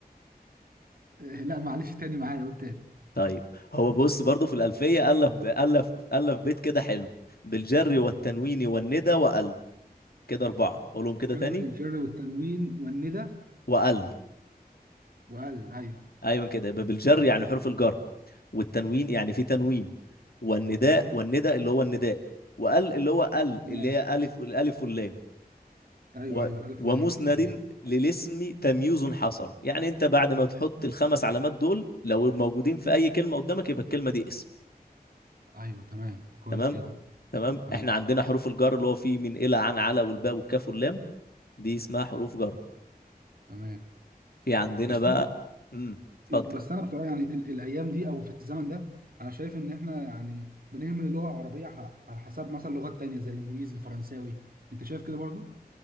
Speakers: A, on the right; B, on the left.
A: آه، لا معلش تاني معايا قول تاني
B: طيب هو بص برضو في الالفيه الف ب- الف الف بيت كده حلو بالجر والتنوين والندى وال كده اربعه قولهم كده
A: الجر
B: تاني
A: الجر والتنوين والندى
B: وال
A: وال ايوه
B: ايوه كده يبقى بالجر يعني حروف الجر والتنوين يعني في تنوين والنداء والندى اللي هو النداء وال اللي هو ال
A: تمام
B: اللي هي الف الالف واللام
A: ايوه
B: و-
A: ايوه الالف
B: ومسند
A: واللام ايوه تمام
B: للاسم تمييز حصل يعني انت بعد ما تحط الخمس علامات دول لو موجودين في اي كلمه قدامك يبقى الكلمه دي اسم
A: ايوه تمام كويس
B: تمام
A: جدا
B: تمام
A: تمام
B: احنا عندنا حروف الجر اللي هو في من الى عن على والباء والكاف واللام دي اسمها حروف جر
A: تمام
B: في عندنا
A: بس
B: بقى
A: أنا-
B: امم اتفضل
A: بس انا بصراحه يعني ال- الايام دي او في الزمن ده انا شايف ان احنا يعني بنهمل اللغه العربيه ع- على حساب مثلا لغات تانية زي الانجليزي الفرنساوي انت شايف كده برضو